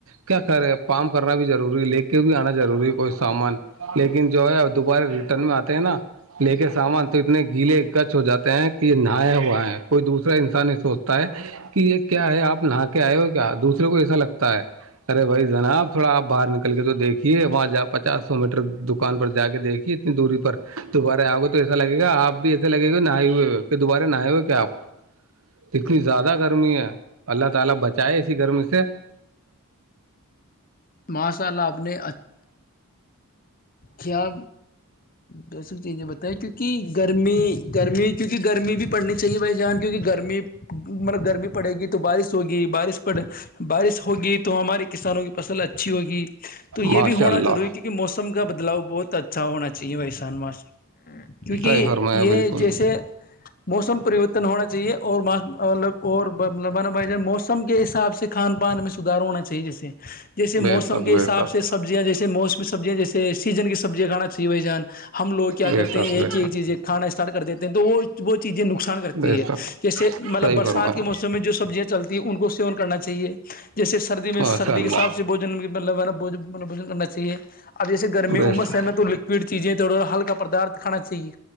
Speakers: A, on the right; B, on the left.
A: کیا کرے پم کرنا بھی ضروری لے کے بھی آنا ضروری ہے کوئی سامان <unintelligible> لیکن جو ہے دوبارہ ریٹرن میں آتے ہیں نا لے کے سامان تو اتنے گیلے گچ ہو جاتے ہیں کہ یہ نہایا ہوا ہے کوئی دوسرا انسان ہی سوچتا ہے کہ یہ کیا ہے آپ نہا کے آئے ہو کیا دوسرے کو ایسا لگتا ہے ارے بھائی جناب تھوڑا آپ باہر نکل کے تو دیکھیے وہاں جا پچاس سو میٹر دکان پر جا کے دیکھیے اتنی دوری پر دوبارہ آ گے تو ایسا لگے گاپ بھی ایسے لگے گئے نہئے ہوئے کہ دوبارہ نہ ہوئے کیا آ <unintelligible>
B: <inaudible>
A: اتنی زیادہ گرمی ہے تعالا بچائے اسی گرمی سے <unintelligible>
B: ماشاء اللہ اپنے اھ <unintelligible> خیا دو س چی یہ بتائیں کیونکہ گرمی گرمی <unintelligible> کیونکہ گرمی بھی پڑنی چاہیے بھائی جان کیونکہ گرمی مطلب گرمی پڑے گی تو بارش ہوگی بارش پڑے بارش ہوگی تو ہمارے کسانوں کی فصل اچھی ہوگی تو یہ
A: ماشاء
B: بھی ہونا
A: اللہ
B: ضروری کیون کہ موسم موسم کا بدلاؤ بہت اچھا ہونا چاہیے وشان موسم کیونکہ
A: صحیح فرمایا
B: یہ
A: بالکل
B: جیسے موسم پرریورتن ہونا چاہیے اور اوربانا بھائی جان موسم کے حساب سے خھان پان میں سھار ہونا چاہیے جیسے جیسے موسم
A: بے شک
B: کے
A: بے
B: حساب
A: شک
B: سے سبزیا جیسے موسمی سبزیاں جیس سیزن کی سبزیاں کھا چاہی بائی جان ہم لوگ کیا
A: بے
B: کرتے
A: شک
B: ہیں
A: بے
B: ایک ایک
A: شک
B: چیزیں کھانا اسٹارٹ کر دیتے ہیں تو وہ وہ چیزیں نقصان کرتے
A: بے
B: ہیں ہوتی ہے
A: شک
B: جیسے مطلب
A: صحیح
B: برسات
A: فرمایا
B: کے موسم میں جو سبزیاں چلتی ہیں ان کو سیون کرنا چاہیے جیسے سردی میں
A: ماشاء
B: سردی
A: اللہ
B: کے حساب سے بوجن مطلبا ملبھوج کرنا چاہیے اب جیے گرمی
A: بے
B: عمس
A: شک
B: سنت تو لکھ کے پیٹ چیزیں تھوڑا ہلکا پدارتھ کھا چاہیے